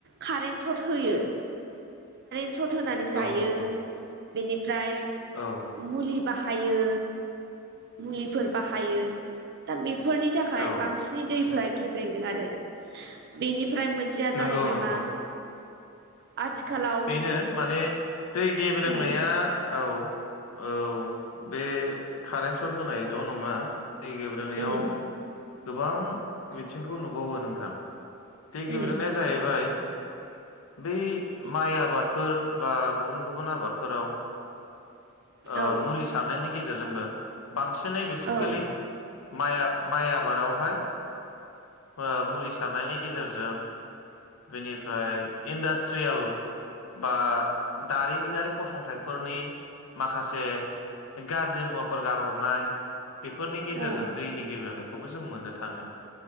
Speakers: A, on the right; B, on the left.
A: कारेन्ट सट होयो। सट होनानै जायो।
B: औ औ
A: बेनि फ्राय
B: औ
A: मुलि बाहायो। मुलिफोर बाहायो दा बे फोरनि थाखाय
B: औ
A: बांसिनै दैफ्रा गेब्रेंदों आरो बेनि फ्राय मोनसेया
B: नंगौ
A: जाहैबाय
B: नोंगौ
A: मा आथिखालाव
B: बेनो माने दै गेब्रे
A: उम
B: नाया औ औ बे कारेन्ट सट होनायल' नङा दै गेब्रोंनायाव
A: उम
B: गोबां बिथिंखौ नुबावो नोंथां बे गेब्रेनाया
A: उम
B: जाहैबाय बे माइ आबादफोर बा गुबुन गुबुन आबादफोराव
A: औ
B: ओ मुलि सारनायनि नि गेजेरजोंबो बांसिनै बेसिकेलि
A: औ
B: माइ माइ आबादावहाय ओ मुलि सारनायनि गेजेरजों बेनिफ्राय इन्डास्ट्रियेल बा दारिमिनारि फसंथाइफोरनि माखासे गाज्रि मुवाफोर गारहरनाय बेफोरनि गेजेरजों
A: औ
B: दैनि गेब्रेनायखौ खौबो जों मोननो थाङो।